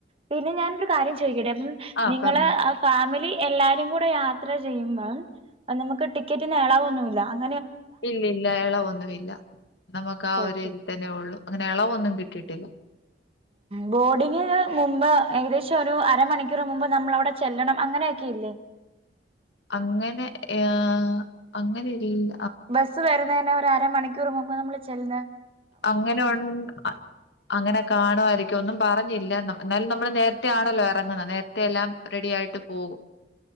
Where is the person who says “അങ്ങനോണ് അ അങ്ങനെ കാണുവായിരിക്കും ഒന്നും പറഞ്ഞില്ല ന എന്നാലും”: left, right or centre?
Left